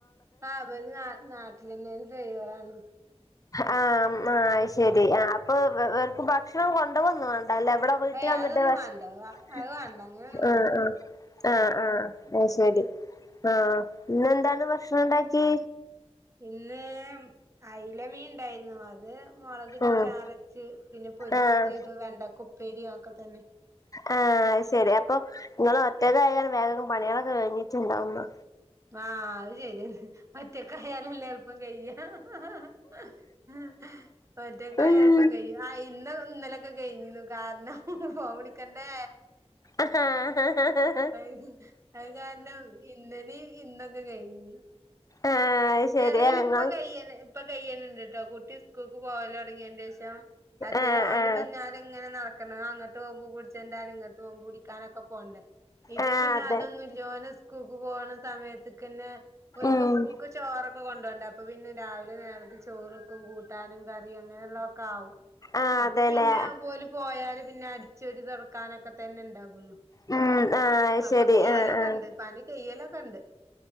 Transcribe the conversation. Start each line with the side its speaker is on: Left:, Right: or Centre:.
Right: ആ, ഓര്, നാ, നാട്ടിലെന്നെ, ആണ്, ഡ്രൈവറാണ്.
Left: ആഹ്, മ്, അശരി, ആ, അപ്പൊ, ഓ, ഓർക്ക് ഭക്ഷണം, കൊണ്ടുവൊന്നും അല്ല ഇവ്ടെ വീട്ടി
Right: ഏയ്
Left: വന്നിട്ട്
Right: അതൊന്നും
Left: ഭക്ഷ--ആ
Right: വാണ്ട അത് വാണ്ട അങ്ങനൊന്നും വാണ്ട
Left: ആ ആ
Right: ഉം
Left: ആ അശരി, ആഹ്, ഇന്നെന്താണ്, ഭക്ഷണം, ണ്ടാക്കി?
Right: ഇന്ന്, അയിലമീൻ, ണ്ടായിന്നു, അത് മുളകിട്ട്,
Left: ആഹ്
Right: ചാറ് വെച്ച്, പിന്നെ പൊരിക്കുംചെയ്തു,
Left: ആഹ്
Right: വെണ്ടക്ക, ഉപ്പേരിം, അഒക്കെ തന്നെ.
Left: ആഹ്, അശരി, അപ്പൊ, ങ്ങള്, ഒറ്റക്കായ് വേഗം, പണിളൊക്കെ, ഒരുങ്ങിട്ടുണ്ടാവുന്ന
Right: ആഹ്. അയി, ഒറ്റക്കായലല്ലേ, എളുപ്പം, കയാ, ഹ ഹ് ഹ് ഹാ ഒറ്റക്കയാ,
Left: ഉം
Right: എളുപ്പം, കയും, ആ, ഇന്നും, ഇന്നലൊക്കെ, കഴിഞ്ഞിന്നു, കാരണം? ഹ് ഹ്, ഫോവിളിക്കണ്ടേ,
Left: ആഹ്
Right: ഹ്, ഹ്, അ, അ, കാരണം ഇന്നലേം, ഇന്നൊക്കെ, കയിഞ്ഞു.
Left: ആഹ് ശരിയാ
Right: ല്ലേലും,
Left: നിങ്ങൾ
Right: ഇപ്പൊ, കയ്യല്, ഇപ്പ, കയ്യല് ഇണ്ട്, ട്ടോ കുട്ടി, സ്കൂൾക്ക്, പോവല്, തൊടങ്ങിന്റെ, ശേഷം. മറ്റേത്,
Left: ആഹ്
Right: ഓന്റെ,
Left: ആഹ്
Right: പിന്നാല, ഇങ്ങനെ നടക്കണം, അങ്ങോട്ട്, പോകുമ്പോ, പിടിച്ചൊന്റാനും, ഇങ്ങട്ട്, പോകുമ്പോ, പിടി ക്കാനൊക്കെ, പോണ്ടേ, ഇപ്പൊ,
Left: ആഹ്
Right: പിന്നെ,
Left: അതെ
Right: അതൊന്നുല്ല, ഓന്, സ്കൂൾക്ക്, പോണ, സമയത്തക്കന്നെ ഓര്ക്ക്,
Left: ഉം
Right: സ്കൂൾക്ക് ക്കൊക്കെ, കൊണ്ടോണ്ടേ, അപ്പ പിന്നെ, രാവിലെ, നേരത്തെ, ചോറ്, വെക്കും, കൂട്ടാ ട്ടാനും, കറീം, അങ്ങനെ ഉള്ളക്കെ, ആവും,
Left: ആഹ്
Right: അപ്പ,
Left: അതെല്ലേ
Right: പിന്നെ, ഓല്, പോയാല് പിന്നെ, അടിച്ചോരി, തൊടക്കാനൊക്കെ, തന്നെ, ഉണ്ടാവുള്ളൂ.
Left: ഉം ആഹ്
Right: അപ്പൊ,
Left: ശരി
Right: കയ്യലൊക്കെ,
Left: ആഹ് ആഹ്
Right: ഉണ്ട്, പണി, കയ്യലൊക്കെ, ഉണ്ട്.